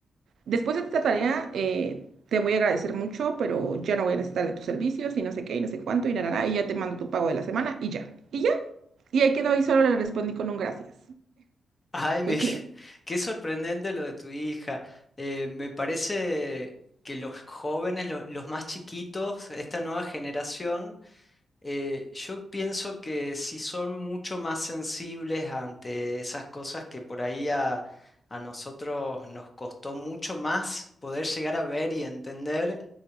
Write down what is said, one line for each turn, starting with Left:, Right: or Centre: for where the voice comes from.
Right: Después de esta tarea, eh, te voy a agradecer mucho, pero ya no voy a necesitar de tus servicios y no sé qué y no sé cuánto y nada, y ya te mando tu pago de la semana y ya. Y ya. Y ahí quedó y solo le respondí con un gracias.
Left: Ay, me,
Right: ¿Tú
Left: <laughs>
Right: crees?
Left: qué sorprendente lo de tu hija. Eh, me parece que los jóvenes, lo- los más chiquitos, esta nueva generación, eh, yo pienso que sí son mucho más sensibles ante esas cosas que por ahí a, a nosotros nos costó mucho más poder llegar a ver y entender,